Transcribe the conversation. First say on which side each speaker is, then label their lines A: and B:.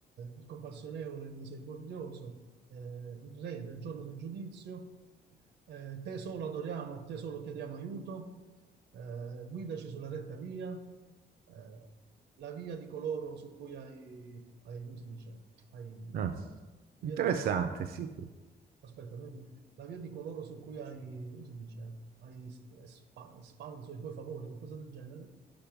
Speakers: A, on the right; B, on the right.
A: il compassionevole, il misericordioso, eh, il Re del giorno del giudizio, eh, te solo adoriamo e te solo chiediamo aiuto, eh, guidaci sulla retta via, eh, la via di coloro su cui hai, hai, come si dice, hai,
B: ah,
A: la
B: interessante,
A: via di coloro,
B: sì.
A: Aspetta, noi- la via di coloro su cui hai, come si dice, hai espa- espanso i tuoi favori, qualcosa del genere,